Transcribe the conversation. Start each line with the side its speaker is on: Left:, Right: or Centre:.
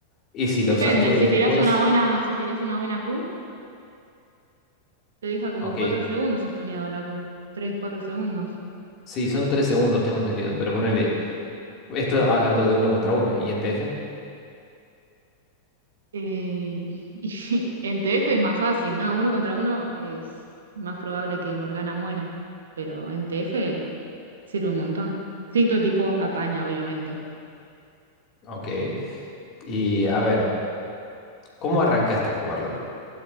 Left: Y si
Right: Depende,
Left: la usaste
Right: si
Left: después,
Right: tirás una buena, si tirás una buena Q, te deja como
Left: ok.
Right: 4 segundos estuneado la Q. tres cuatro segundos.
Left: Sí, son tres segundos, tengo entendido. Pero ponele, esto hablando de uno contra uno. ¿Y en TF?
Right: Eh, y <laughs> en TF es más fácil, ¿no? Uno contra uno es más probable que Morgana muera, pero en TF sirve un montón. Sí, tu equipo apaña, obviamente.
Left: Ok. Y a ver, ¿cómo arrancaste a jugar LOL?